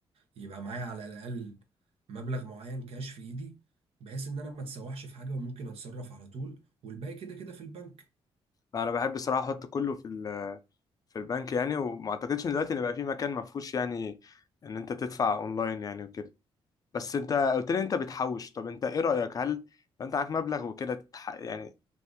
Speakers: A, on the right; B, on the left.
A: يبقى معايا على الاقل مبلغ معين كاش في ايدي بحيث ان انا ما اتسوحش في حاجه وممكن اتصرف على طول والباقي كده كده في البنك
B: انا بحب الصراحه احط كله في ال- في البنك يعني وما اعتقدش ان دلوقتي ان بقى في مكان ما فيهوش يعني ان انت تدفع اونلاين يعني وكده بس انت قلت لي انت بتحوش طب انت ايه رايك هل لو انت معاك مبلغ وكده تتح... يعني